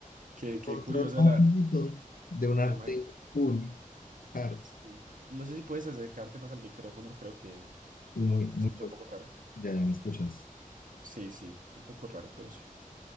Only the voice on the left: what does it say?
control
magnitud
de un
arte
full art,
y muy, muy,
ya, ya me escuchas.